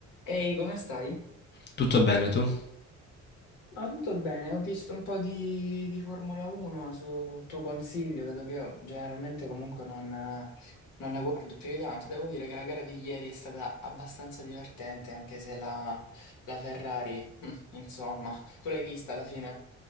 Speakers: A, on the left; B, on the left.
A: Ehi, come stai?
B: Tutto bene tu?
A: Ah, tutto bene, ho visto un po' di, di Formula 1 su tuo consiglio, dato che io generalmente comunque non, non ne guardo più di tanto. Devo dire che la gara di ieri è stata abbastanza divertente, anche se la, la Ferrari, <laughs> insomma, tu l'hai vista alla fine?